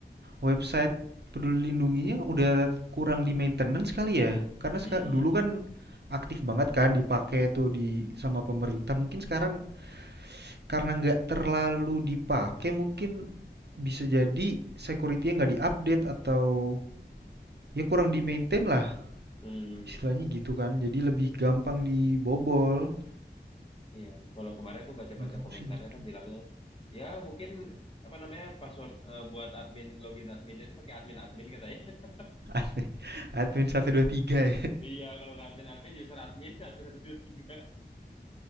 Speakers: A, on the right (about 70°); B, on the left (about 30°).
A: website Peduli Lindunginya udah kurang di maintenance kali ya. Karena
B: Mm-mm.
A: dulu kan aktif banget kan dipakai tuh di sama pemerintah. Mungkin sekarang karena nggak terlalu dipakai mungkin bisa jadi security-nya nggak diupdate atau ya kurang di maintain lah.
B: Hmm,
A: Istilahnya gitu kan. Jadi lebih gampang dibobol.
B: iya. Kalau kemarin aku baca-baca
A: Menurut
B: komentarnya
A: aku sih gitu.
B: kan bilangnya, ya mungkin apa namanya password eh, buat admin login adminnya itu pakai admin admin katanya. <laughs>
A: Admin admin satu dua tiga ya.
B: Iya, kalau nggak admin admin user admin <laughs> admin satu, dua tiga.